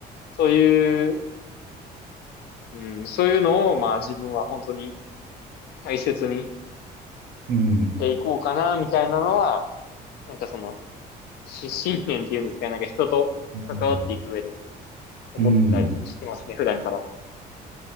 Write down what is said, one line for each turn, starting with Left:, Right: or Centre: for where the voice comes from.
Left: そういううん、そういうのを、まあ自分は本当に大切に
Right: うん。
Left: していこうかな、みたいなのは、なんかその、し信念っていうんですかね、なんか人と関わっていく上で
Right: うん。
Left: 思ったりしてますね、
Right: うん。
Left: 普段から。